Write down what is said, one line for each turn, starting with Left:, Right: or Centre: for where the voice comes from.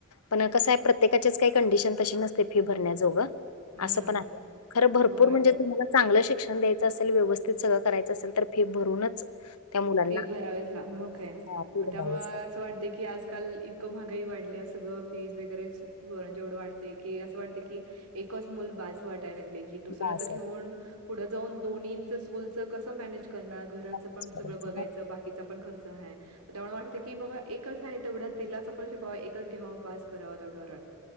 Left: पण कसं आहे प्रत्येकाच्याच काही कंडिशन तशी नस फी भरण्याजोग
Right: हम्म
Left: असं पण आहे, खर भरपूर
Right: होय.
Left: म्हणजे तुम्हाला चांगलं शिक्षण द्यायंच असेल व्यवस्थित सगळं करायचं असेल तर फी भरूनच त्या मुलांना
Right: फी भरावेच ला मग काय
Left: अ, फी
Right: मग
Left: भरावीच
Right: त्यामुळ
Left: लागते.
Right: असं वाटत की आज काल इतकं महागाई वाढल्या सगळं फीज वगैरे- जेवढं वाटते की असं वाटते की एकच मुल बास वाटाय लागलंय. की दुसऱ्याच
Left: बास
Right: घेऊन
Left: आहे
Right: पुढे जाऊन दोन्हींचं स्कूलच कस मॅनेज करणार घराच
Left: आजपर्यंत.
Right: पण सगळं बघायचं बाकीचा पण खर्च आहे. त्यामुळे वाटतं की बाबा एकच आहे तेवढ्या तिलाच आपण शिकवा एकच घ्याव बास कराव तेवढ्यावर